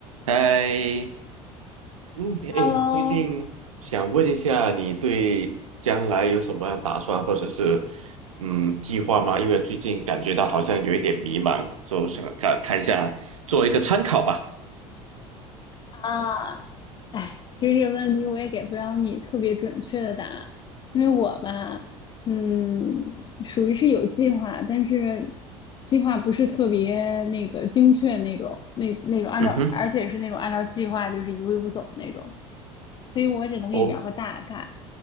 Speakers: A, on the right; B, on the left.
A: 哎，嗯，
B: Hello
A: 哎，最近想问一下，你对将来有什么样打算，或者是嗯计划吗？因为最近感觉到好像有一点迷茫，所以想看看一下，做一个参考吧。
B: 啊，哎，其实这个问题我也给不了你特别准确的答案，因为我吧，嗯，属于是有计划，但是计划不是特别那个精确那种，那那种按照，
A: 嗯哼，
B: 而且是那种按照计划就是一步一步走的那种，所以我只能跟你聊个大概。
A: 哦，